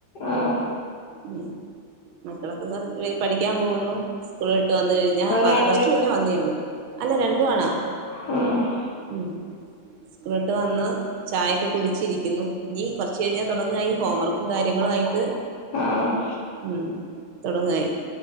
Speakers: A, on the left (about 65°); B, on the right (about 75°).
A: ആ
B: ഉം മക്കളൊക്കെ പഠിക്കാൻ പോകുന്നു സ്കൂള ഇട്ട് വന്ന കഴിഞ്ഞാ
A: ഒരാണ്
B: കുറച്ചു പിന്നെ വന്നേള്ളു അല്ല രണ്ടു ആണോ
A: ആഹ
B: ഉം സ്കൂളിട്ട് വന്ന് ചായൊക്കെ കുടിച്ചിരിക്കുന്നു ഇനി കുറച്ച കഴിഞ്ഞാൽ തുടങ്ങ ഈ ഹോംവർക്ക് കയങ്ങളയിട്ട്
A: ആഹ്
B: ഉ തുടങ്ങായി